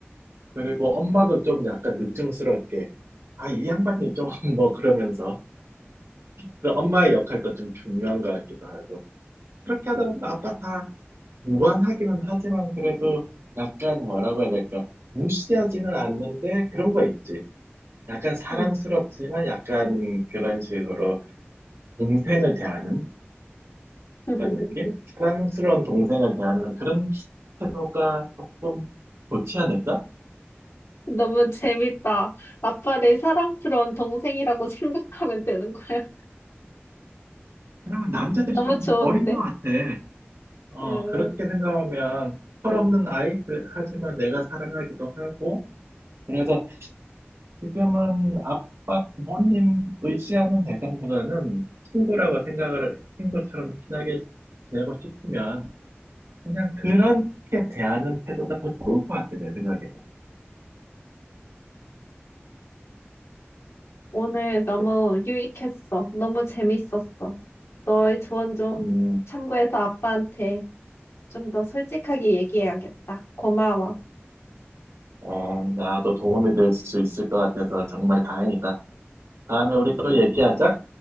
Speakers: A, on the right; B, on the left.
A: 그리고 엄마도 좀 약간 능청스럽게. 아, 이 양반이 좀 <laughs> 뭐 그러면서. 그 엄마의 역할도 좀 중요한 것 같기도 하고. 그렇게 하다 보면 아빠 다 무한하기는 하지만 그래도 약간 뭐라고 해야 될까? 무시하지는 않는데 그런 거 있지. 약간 사랑스럽지만
B: 응.
A: 약간 그런 식으로 동생을 대하는
B: <laughs>
A: 그런 느낌? 사랑스러운 동생을 대하는 그런 태도가 조금 좋지 않을까?
B: 너무 재밌다. 아빠를 사랑스러운 동생이라고 <laughs> 생각하면 되는 거야. <laughs>
A: 그러면 남자들이
B: 너무
A: 조금
B: 좋은데?
A: 어린 것 같아. 어,
B: 음,
A: 그렇게 생각하면 철없는 아이? 그- 하지만 내가 사랑하기도 하고 그래서 지금은 아빠 부모님 의지하는 대상보다는 친구라고 생각을, 친구처럼 친하게 지내고 싶으면 그냥 그렇게 대하는 태도가 더 좋을 것 같아, 내 생각에는.
B: 오늘 너무 유익했어. 너무 재밌었어. 너의 조언 좀
A: 음,
B: 참고해서 아빠한테 좀 더 솔직하게 얘기해야겠다. 고마워.
A: 어, 나도 도움이 될 수 있을 것 같아서 정말 다행이다. 다음에 우리 또 얘기하자.